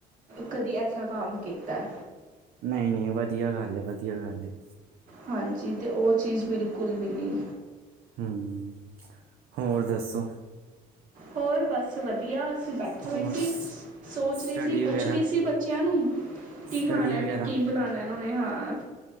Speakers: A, on the right; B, on the right.
A: ਕਦੀ ਐਸਾ ਕੰਮ ਕੀਤਾ।
B: ਨਈ-ਨਈ। ਵਧੀਆ ਗੱਲ ਏ। ਵਧੀਆ ਗੱਲ ਏ।
A: ਹਾਂਜੀ ਤੇ ਉਹ ਚੀਜ਼ ਬਿਲਕੁਲ ਵੀ ਨਹੀਂ।
B: ਹੂੰ, ਹੋਰ ਦੱਸੋ?
A: ਹੋਰ ਬਸ ਵਧੀਆ। ਅ ਬੈਠ
B: ਹੋਰ
A: ਹੋਏ ਸੀ,
B: ਸ
A: ਸੋਚ
B: ਸਟੱਡੀ
A: ਰਹੀ ਸੀ,
B: ਵਗੈਰਾ,
A: ਪੁੱਛ ਰਹੀ ਸੀ ਬੱਚਿਆਂ ਨੂੰ
B: ਸਟੱਡੀ
A: ਕੀ ਖਾਣਾ
B: ਵਗੈਰਾ,
A: ਵੀ, ਕੀ ਬਣਾਣਾ? ਇਹਨਾਂ ਨੇ ਹਾਂ